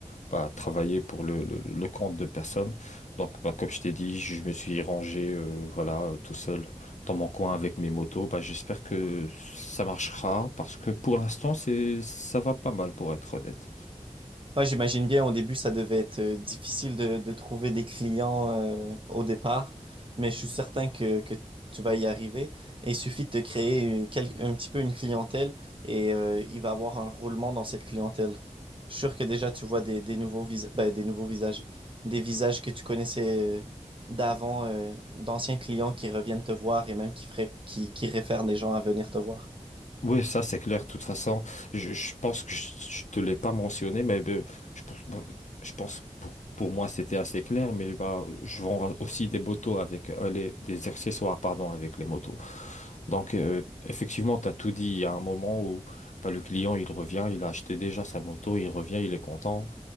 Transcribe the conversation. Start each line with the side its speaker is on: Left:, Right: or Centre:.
Left: bah, travailler pour le, le- le compte de personne. Donc, bah, comme je t'ai dit, je me suis rangé euh, voilà, euh, tout seul dans mon coin avec mes motos. Bah, j'espère que ça marchera parce que pour l'instant, c'est, ça va pas mal pour être honnête.
Right: Ouais, j'imagine bien, au début, ça devait être euh, difficile de, de trouver des clients euh, au départ, mais je suis certain que, que tu vas y arriver. Et il suffit de te créer euh, quel- un petit peu une clientèle et euh, il va avoir un roulement dans cette clientèle. Je suis sûr que déjà, tu vois des, des nouveaux vis- ben, des nouveaux visages, des visages que tu connaissais euh, d'avant, euh, d'anciens clients qui reviennent te voir et même qui feraient, qui, qui réfèrent les gens à venir te voir.
Left: Oui, ça c'est clair. De toute façon, je, je pense que je, ne te l'ai pas mentionné, mais ben, je, pense ben, je pense que pour, pour moi c'était assez clair. Mais bah, je vends aussi des motos avec euh, les, des accessoires, pardon, avec les motos. Donc euh, effectivement, tu as tout dit. Il y a un moment où bah, le client il revient, il a acheté déjà sa moto, il revient, il est content,